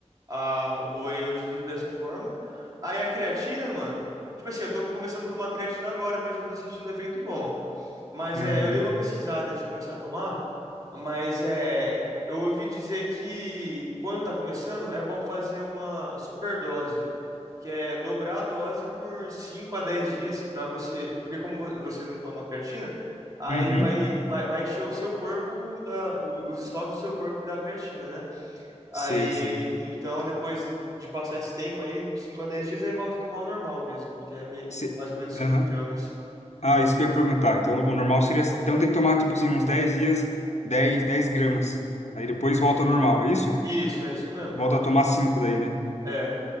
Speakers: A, on the right (about 30°); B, on the left (about 70°).
A: a, o whey eu divido dessa forma. Aí a creatina, mano. Tipo assim, eu tô começando a tomar creatina agora, mas já tô sentindo um efeito bom. Mas
B: Uhum.
A: é, eu dei uma pesquisada antes de começar a tomar, mas é, eu ouvi dizer que quando tá começando, é bom fazer uma superdose que é dobrar a dose por 5 a 10 dias para você, porque como vo- você não toma creatina, aí
B: Uhum.
A: vai, vai, vai encher o seu corpo da, o- os estoques do seu corpo da creatina, né? Aí,
B: Sei, sei.
A: então depois de passar esse tempo aí, uns 5 a dez dias, aí volta a tomar o normal mesmo, que é meio,
B: Se-
A: mais ou menos cinco
B: Aham.
A: gramas.
B: Ah, isso que eu ia perguntar. Então, o normal seria. Então, tem que tomar, tipo assim, uns 10 dias, dez, dez gramas. Aí depois volta ao normal, é isso?
A: Isso, é isso mesmo.
B: Volta a tomar 5 daí, né?
A: É.